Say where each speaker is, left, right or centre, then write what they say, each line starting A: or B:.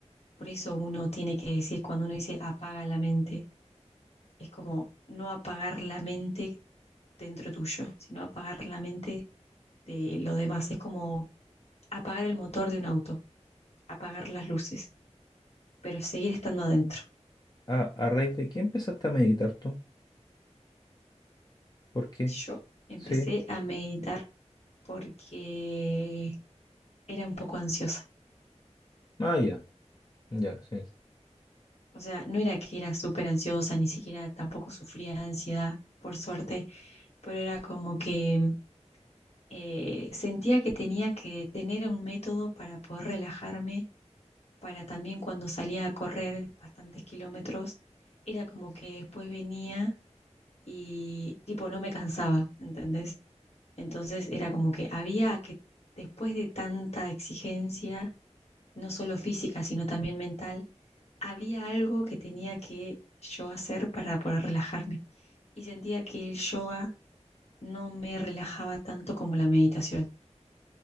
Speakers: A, on the left; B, on the left.
A: Por eso uno tiene que decir, cuando uno dice apaga la mente, es como no apagar la mente dentro tuyo, sino apagar la mente de lo demás. Es como apagar el motor de un auto, apagar las luces, pero seguir estando adentro.
B: ¿A, a raíz de qué empezaste a meditar tú? ¿Por qué?
A: Yo empecé
B: Sí.
A: a meditar porque era un poco ansiosa.
B: Ah, ya, ya, sí. sí.
A: O sea, no era que era súper ansiosa, ni siquiera tampoco sufría de ansiedad, por suerte, pero era como que eh, sentía que tenía que tener un método para poder relajarme para también cuando salía a correr bastantes kilómetros, era como que después venía y tipo no me cansaba, ¿entendés? Entonces era como que había que, después de tanta exigencia, no solo física, sino también mental, había algo que tenía que yo hacer para poder relajarme. Y sentía que el yoga no me relajaba tanto como la meditación.